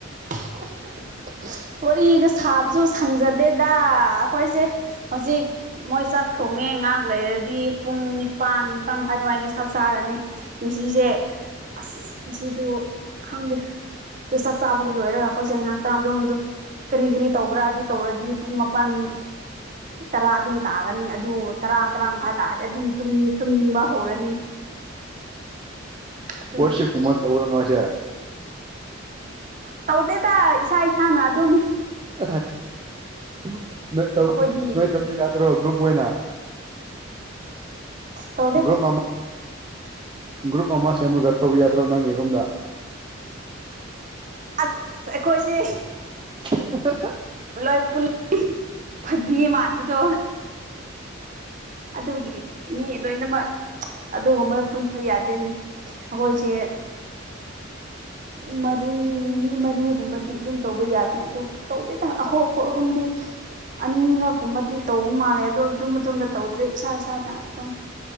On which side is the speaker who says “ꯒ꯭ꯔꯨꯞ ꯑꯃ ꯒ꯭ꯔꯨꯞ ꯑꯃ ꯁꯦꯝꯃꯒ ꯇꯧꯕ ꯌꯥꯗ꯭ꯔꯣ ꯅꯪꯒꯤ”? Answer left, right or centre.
Right